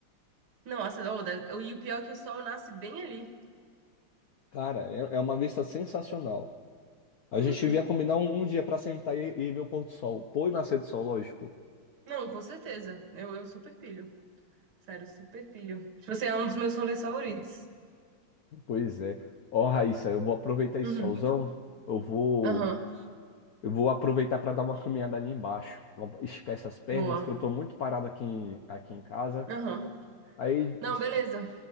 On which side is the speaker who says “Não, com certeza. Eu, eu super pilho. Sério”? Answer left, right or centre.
Right